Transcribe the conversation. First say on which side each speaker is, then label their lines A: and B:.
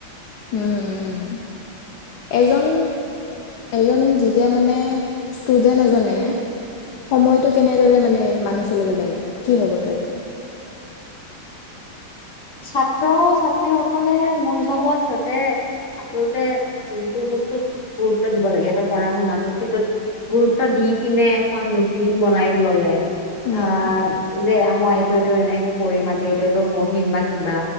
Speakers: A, on the left; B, on the left.
A: উম উম এজন
B: <unintelligible>
A: এ যেতিয়া মানে ষ্টুডেন্ট এজনে সময়টো কেনেদৰে মানে মানি চলিব লাগে কি হব তইটো
B: ছাত্ৰ ছাত্ৰী সকলে মোৰ হিচাপত সিহঁতে আচলতে যোনটো বস্তুত গুৰুত্ব দিব লাগে সিহতৰ পঢ়া শুনাটোত সেইটোত গুৰুত্ব দি ইপিনে এখন ৰুটিন বনাই ললে।
A: উম,
B: অ', যে মই এইটো এইটো এনেকে কৰিম আজি, এইটো এইটো পঢ়িম বা কিবা